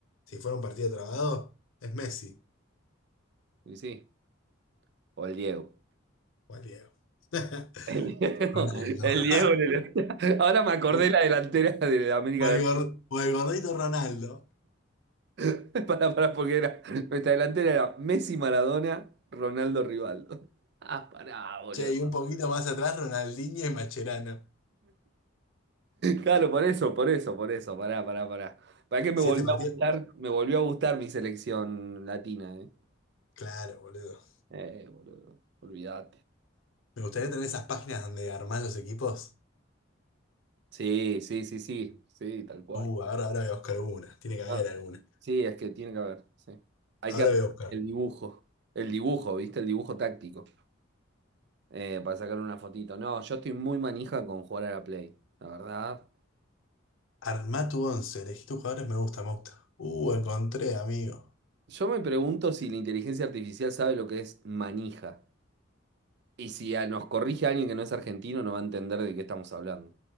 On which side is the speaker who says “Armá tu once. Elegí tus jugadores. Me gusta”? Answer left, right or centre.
Left